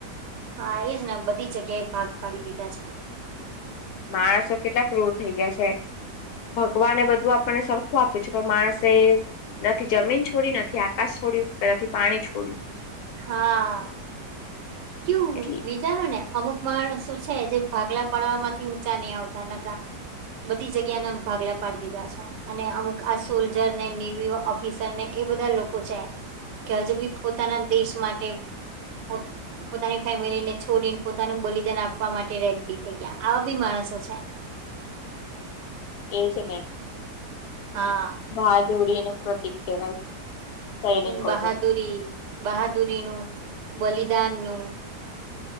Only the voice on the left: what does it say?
માણસો કેટલાક રૂર થઇ ગયા છે. ભગવાને બધું આપણને સરખું આપ્યું છે પણ માણસે નથી જમીન છોડી નથી, આકાશ છોડ્યું કે નથી પાણી છોડ્યું.
એટલે
એવ છેને.
બહાદુરી નો પ્રતિક કહેવાય. સૈનિકો
તો